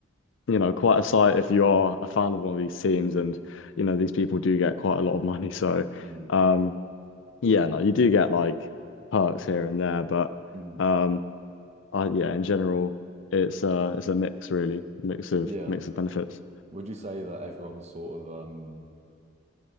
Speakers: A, on the left; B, on the right.
A: you know, quite a sight if you are a fan of one of these teams
B: mm,
A: and you know these people do get quite a lot of money. So
B: mm,
A: um yeah, no, you do get like perks here and there, but
B: mm,
A: um, I, yeah, in general, it's uh, it's a mix really, a mix of
B: yeah.
A: mix of benefits.
B: Would you say that everyone's sort of um